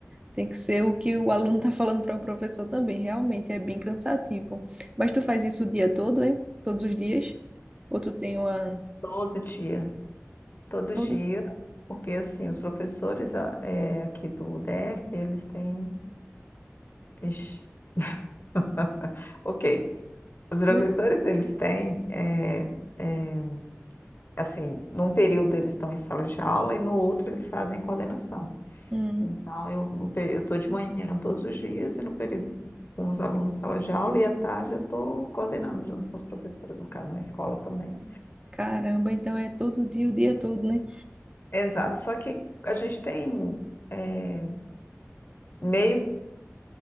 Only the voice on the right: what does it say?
Tem que ser o que o aluno está falando para o professor também. Realmente é bem cansativo. Mas tu faz isso o dia todo, hein? Todos os dias? Ou tu tem uma.
Todo.
muito,
Hum,
caramba, então é todo dia, o dia todo, né?